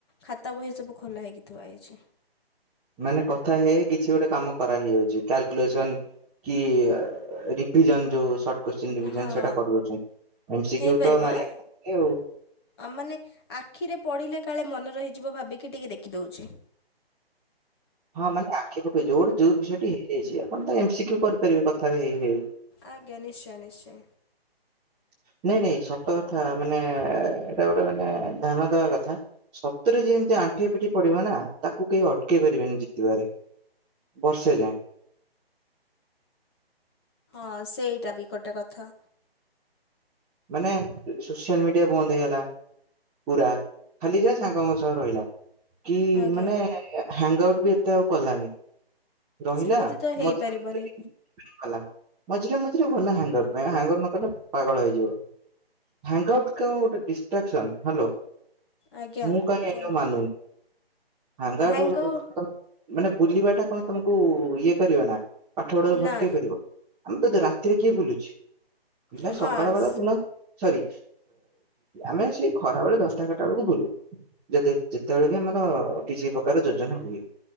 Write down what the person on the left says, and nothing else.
ଖାତା ବହି ସବୁ ଖୋଲା ହୋଇକି ଥୁଆ ହେଇଛି।
ହଁ
ହେଇପାରିବ ନା ଆ ମାନେ ଆଖିରେ ପଡ଼ିଲେ କାଳେ ମନେ ରହିଯିବ ଭାବିକି ଟିକେ ଦେଖିଦଉଛି।
ଆଜ୍ଞା ନିଶ୍ଚୟେ ନିଶ୍ଚୟେ
ହଁ ସେଇଟା ବି କଟେ କଥା।
ଆଜ୍ଞା
ସେମିତି ତ ହେଇପାରିବନି
ଆଜ୍ଞା
କୁହନ୍ତୁ
ହ୍ୟାଙ୍ଗ୍
ନା
ହଁ